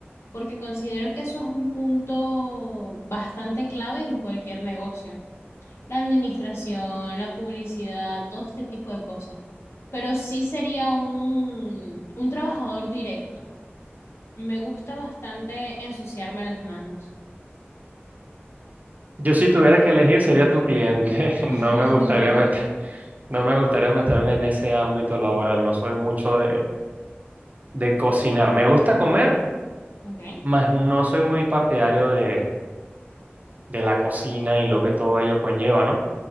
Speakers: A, on the left (about 80°); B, on the right (about 40°).
A: porque considero que eso es un punto bastante clave en cualquier negocio la administración, la publicidad, todo este tipo de cosas. Pero sí sería un, un trabajador directo. Me gusta bastante ensuciarme las manos.
B: Yo si tuviera que elegir sería tu cliente. <laughs>
A: <laughs>
B: No me gustaría meter- no me gustaría meterme en ese ámbito laboral. No soy mucho de, de cocinar. Me gusta comer,
A: Ok.
B: mas no soy muy partidario de, de la cocina y lo que todo ello conlleva, ¿no?